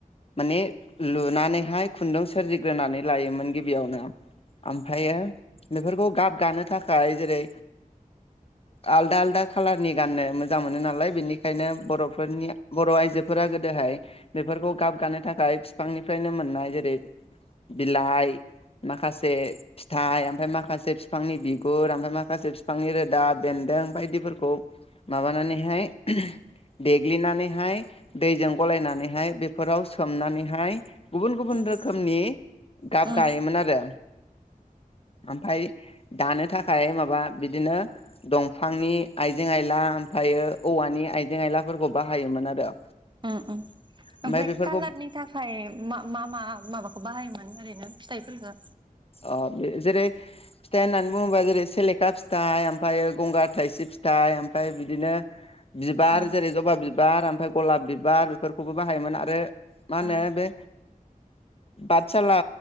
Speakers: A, on the left; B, on the right.
A: माने लुनानैहाय खुन्दुं सोरजिग्रोनानै लायोमोन गिबियावनो ओमफ्रायो बेफोरखौ गाब। गानो थाखाय जेरै आलदा आलदा खाालारनि गाननो मोजां मोनो नालाय बेनि। बेखायनो बर'फोरनि बर' आइजो। फोरा गोदोहाय बेफोरखौ गाब गानो थाखाय बिफांनिफ्रायनो मोननाय जेरै बिलाइ। माखासे फिथाइ ओमफ्राय माखा माखासे बिफांनि बिगुर ओमफ्राय माखासे बिफांनि रोदा बेन्दों बायदिफोरखौ। माबानानैहाय देग्लिनानै हाय दैजों गलायनानैहाय बेफोराव खोमनानैहाय। गुबुन गुबुन
B: उम
A: रोखोमनि गाब
B: ओ
A: गायोमोन आरो ओमफ्राय दानो थाखाय माबा बिदिनो दंफांनि आइजें आयला ओमफ्रायो औवानि आइजें आयलाफोरखौ बाहायोमोन आरो।
B: उम उम ओमफ्राय
A: ओमफाय बेफोरखौ
B: कालारनि थाखाय मा मा मा माबाखौ बाहायोमोन ओरैनो। फिथाइफोरखौ
A: अ जेरै फिथाइ होननानै बुङोबा जेरै सेलेखा फिथाइ ओमफ्रायो गंगार थायसेब फिथाइ ओमफ्राय बिदिनो बिबार
B: औ
A: जेरै जबा बि बार ओमफ्राय गलाब बिबार बेफोरखौबो बाहायोमोन आरो माने
B: औ
A: बे बादसाला